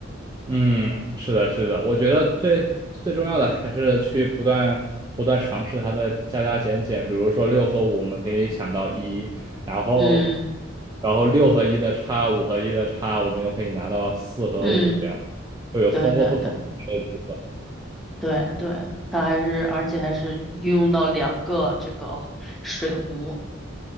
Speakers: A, on the right; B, in the centre.
A: 嗯，是的，是的，我觉得最最重要的还是去不断不断尝试它的加加减减，比如说六和五，我们可以想到一，然后
B: 嗯
A: 然后六和一的差，五和一的差，我们又可以拿到四和五，
B: 嗯，
A: 这样就有通过不同的组合。
B: 对对对对对，它还是而且还是运用到两个这个水壶